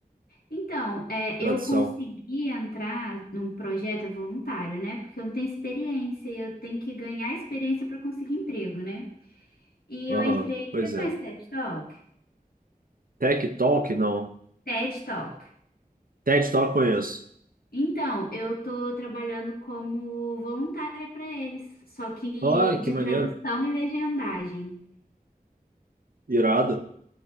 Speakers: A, on the left; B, on the right.
A: Então, é,
B: Tradução.
A: eu consegui entrar num projeto é voluntário, né? Porque eu não tenho experiência, e eu tenho que ganhar experiência para conseguir emprego, né? E
B: Aham,
A: eu entrei.
B: Pois
A: Você conhece
B: é.
A: TED Talk?
B: Tech Talk, não.
A: TED Talk.
B: TED Talk conheço.
A: Então, eu tô trabalhando como voluntária para eles, só que
B: Ah,
A: de
B: que maneiro.
A: tradução e legendagem.
B: Irado.